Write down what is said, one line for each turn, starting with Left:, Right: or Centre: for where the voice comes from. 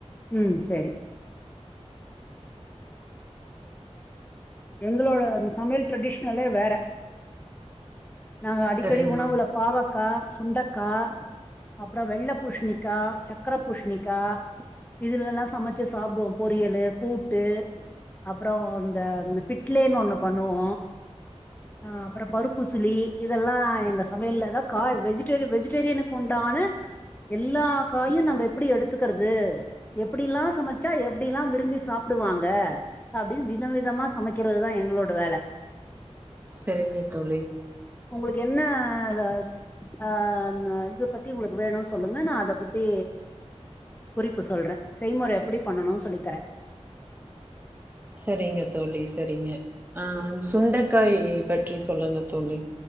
Left: ம் செரி எங்களோட சமையல் ட்ரெடிஷ்னலே வேற நாங்க அடிக்கடி
Right: சரிங்மா
Left: உணவுல பாவக் கா சுண்டக்கா அப்புறொ வெள்ளப் பூஷ்ணிக்கா சக்கர பூஷ்ணிக்கா இதுலல்லா சமச்சு சாப்டுவோ பொரியலு கூட்டு அப்புறோ இந்த பிட்லேனு ஒண்ணு பண்ணுவோ ந அப்றொ பருப்புசிலி இதெல்லா எங்க சமையல்லதா காய் வெஜிடேரி வெஜிடேரியனுக்குண்டான எல்லா காயு நம்ப எப்டி எடுத்துக்குறது எப்பிடிலா சமச்சா எப்டில்லா விரும்பிஸ் சாப்டுவாங்க அப்டின் வித விதமா சமைக்கிறதுதா எங்களோட வேல
Right: சரிங்க தோழி
Left: உங்களுக்கு என்னஸ் ஆஹ்ம இது பத்தி உங்ளுக்கு வேணூ சொல்லுங்க நா அத பத் தீ குறிப்பு சொல்றே செய்முற எப்டி பண்ணனு சொல்லித்தரே
Right: செரிங்க தோழி செரிங்க ஆ சுண்டக்காய் பற்றி சொல்லுங்க தோழி